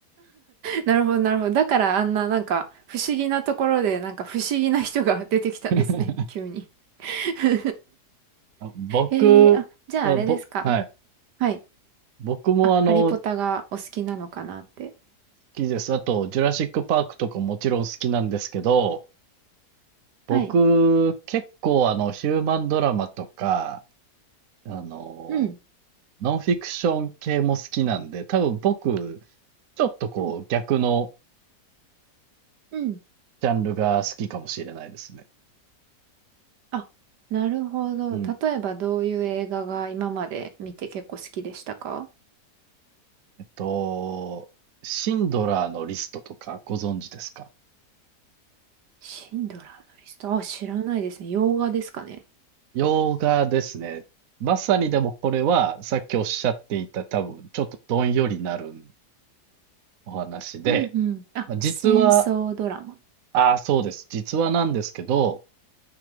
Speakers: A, on the right (about 80°); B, on the right (about 60°).
A: なるほど、なるほど。だからあんななんか不思議なところでなんか不思議な人が出てきたんですね。
B: <laughs>
A: <laughs> 急に。<laughs>
B: あ僕は、
A: えー、あ、じゃああれですか。
B: ぼ、はい。
A: はい。
B: 僕もあの、
A: あ、ハリポタがお好きなのかなって。
B: 好きです。あと、ジュラシックパークとかもちろん好きなんですけど、僕、
A: はい。
B: 結構あの、ヒューマンドラマとか、あの、
A: うん。
B: ノンフィクション系も好きなんで、多分僕、ちょっとこう、
A: うん。
B: 逆の
A: うん。
B: ジャンルが好きかもしれないですね。
A: あ、なるほど。
B: うん。
A: 例えばどういう映画が今まで見て結構好きでしたか
B: えっと、シンドラーのリストとかご存知ですか
A: シンドラーのリスト。あ、知らないですね。洋画ですかね。
B: 洋画ですね。まさにでもこれは、さっきおっしゃっていた多分、ちょっとどんよりなるお話で、
A: うんうん。あ、
B: まあ、実は、
A: 戦争ドラマ。
B: ああ、そうです。実はなんですけど、